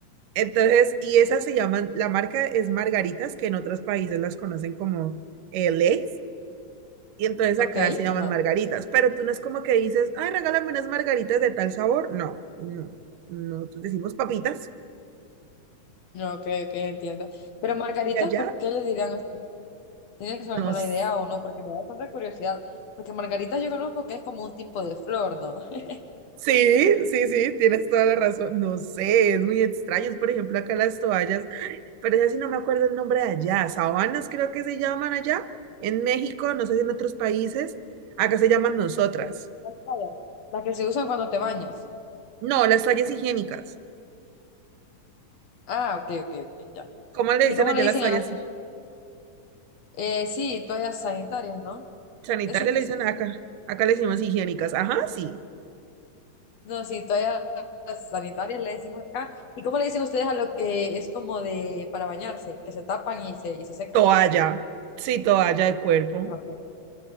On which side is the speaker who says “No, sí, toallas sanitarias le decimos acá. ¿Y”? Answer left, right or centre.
Left